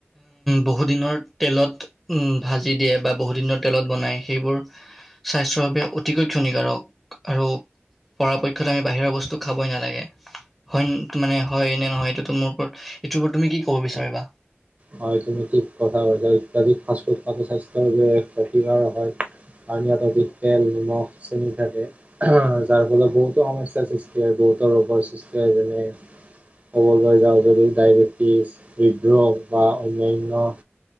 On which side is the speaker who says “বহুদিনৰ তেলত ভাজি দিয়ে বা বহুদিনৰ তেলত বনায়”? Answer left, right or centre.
Centre